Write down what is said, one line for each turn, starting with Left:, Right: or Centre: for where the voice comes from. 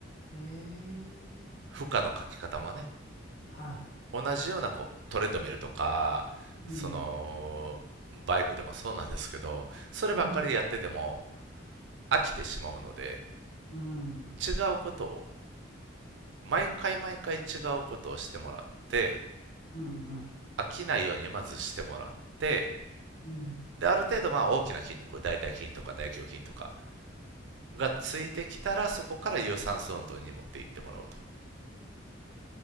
Left: へえ。
Right: 負荷のかけ方もね、
Left: はい。
Right: 同じようなこうトレッドミルとか、
Left: うん、
Right: その、バイクでもそうなんですけど、そればっかりでやってても
Left: うん、
Right: 飽きてしまうので、
Left: うん、
Right: 違うことを、毎回毎回違うことをしてもらって、
Left: うん、うん、
Right: 飽きないようにまずしてもらって、
Left: うん。
Right: で、ある程度まあ大きな筋肉、大腿筋とか大胸筋とかがついてきたら、そこから有酸素運動に持っていってもらうと。